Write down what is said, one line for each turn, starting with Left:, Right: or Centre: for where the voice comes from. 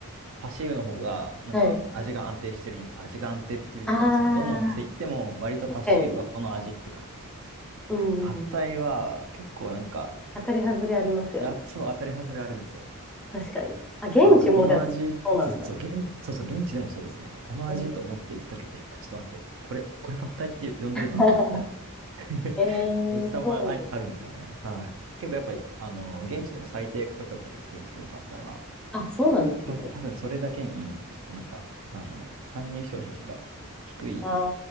Right: パシーウの方が、なんか味が安定してる意味、
Centre: はい。
Right: 味が安定っていうか、
Centre: ああ、
Right: その、どのお店行っても、割とパシーウはこの味って感じするます。
Centre: 確かに。うん。
Right: パッタイは、
Centre: うんうん
Right: 結構なんか、
Centre: 当たり外れありますよね。
Right: やつは当たり外れあるんですよ。
Centre: 確かに。あ、現地もでも、
Right: なんか、この味、
Centre: そうなんだ。
Right: そうそう、現、そうそう、現地でもそうですね。この味と思って行ったけど、
Centre: えー
Right: え、ちょっと待って、これ、これパッタイって呼んでるのあなたみたいな。
Centre: <laughs>
Right: <laughs>
Centre: ええそう。
Right: おじさまあ、あるんですよね。はい。結構やっぱり、あの、現地でも最低価格で売ってるんですけど、パッタイは。
Centre: あ、そうなんですね。
Right: まあ、多分それだけに、ちょっとなんか、あの、参入障壁が低い
Centre: あ